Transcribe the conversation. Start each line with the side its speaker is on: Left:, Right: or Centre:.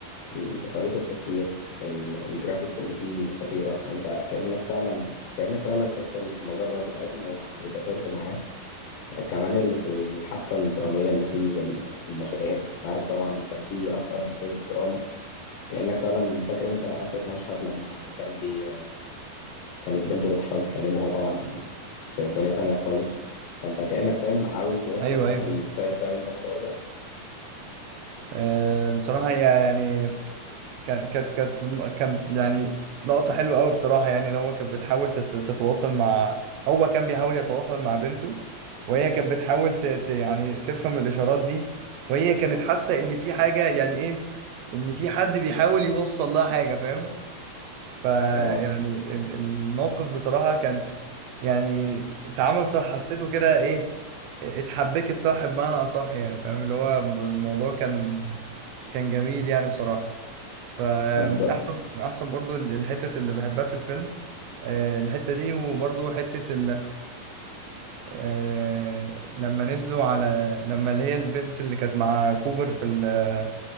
Left: ال- طريقة التصوير ال- الجرافيكس اللي فيه خطيرة انت كأنك فعلا كأنك فعلا سبت المجرة بتاعتنا و- <laughs> وسافرت معاه كمان ال- الحبكة الدرامية اللي فيه والمشاهد انت عارف طبعا كان فيه اكتر جزء دراما كأنك فعلا فاكر انت اخر مشهد لما كان بي كانت بنته بتحاول تكلمه هو طبعا في دنيا تانية خالص فانت كأنك فاهم عاوز توصل
Right: ايوه
Left: صوتها
Right: ايوه
Left: ليه فاهم فاهم انت الشعور ده
Right: أه بصراحه هي يعني كانت كانت كانت كان يعني لقطه حلوه قوي بصراحه يعني لو هو كانت بتحاول تت- تتواصل مع هو كان بيحاول يتواصل مع بنته وهي كانت بتحاول ت... ت- يعني تفهم الاشارات دي وهي كانت حاسه ان في حاجه يعني ايه ان في حد بيحاول يوصل لها حاجه فاهم فيعني
Left: آه.
Right: ال- الموقف بصراحة كان يعني اتعامل صح حسيته كده ايه اتحبكت صح بمعنى اصح يعني فاهم اللي هو الموضوع كان كان جميل يعني بصراحة فمن
Left: طب
Right: احسن من احسن برضو الحتة اللي بحبها في الفيلم آه، الحتة دي وبرضو حتة آه لما نزلوا على لما اللي هي البنت اللي كانت مع كوبر في ال...